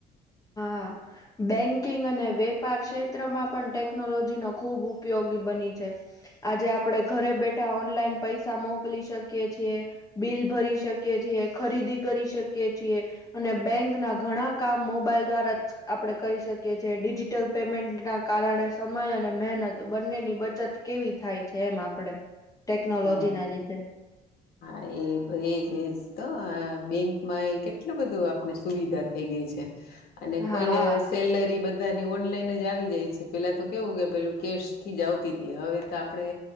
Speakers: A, on the left; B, on the left.
A: બેંકિંગ અને વેપાર ક્ષેત્રમાં પણ ટેકનોલોજી નો ખુબ ઉપયોગી બની છે આજે આપડે ઘરે બેઠા ઓનલાઈન પૈસા મોકલી શકીએ છીએ બિલ ભરી શકીએ છીએ ખરીદી કરી શકીએ છીએ અને બેંક ના ઘણા કામો મોબાઈલ દ્વારા જ આપણે કરી શકીએ છીએ ડિજિટલ પેમેન્ટના કારણે સમય અને મહેનત બ નેની બચત કેવી થાય છે, એમ આપડે ટેકનોલોજી
B: હા
A: ના લીધે
B: હા એ એજ એજ તો બેંકમાં એ કેટલું બધું આપને સુવિધા થઈ ગઈ છે, અને
A: હા
B: કોઈને સેલરી બધ ધાની ઓનલાઈન જ આવી જાય છે, પેલા તો કેવું કે પેલું કેશથી જ આવતી હતી હવે તો આપડે